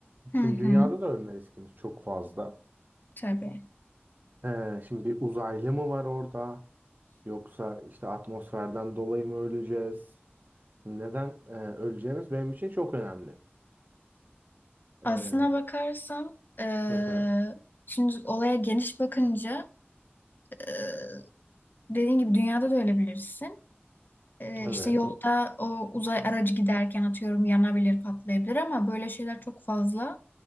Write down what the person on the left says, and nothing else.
Hı hı,
tabii.
Aslına bakarsan eee,
şimdi olaya geniş bakınca eee dediğin gibi dünyada da öyle bilirsin. Eee
işte yolda o uzay aracı giderken atıyorum yanabilir, patlayabilir ama böyle şeyler çok fazla